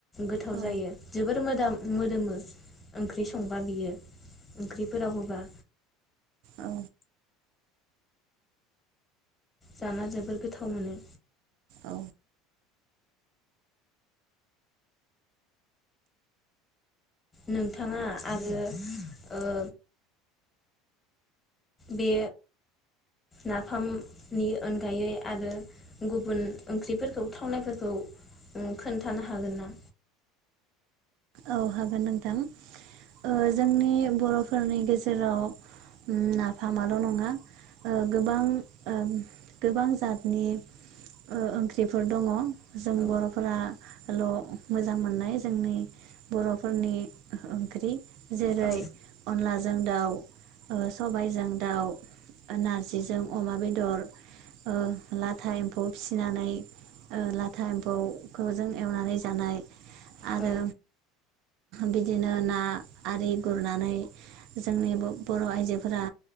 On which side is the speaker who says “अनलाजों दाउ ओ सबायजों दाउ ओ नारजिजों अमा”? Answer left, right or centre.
Right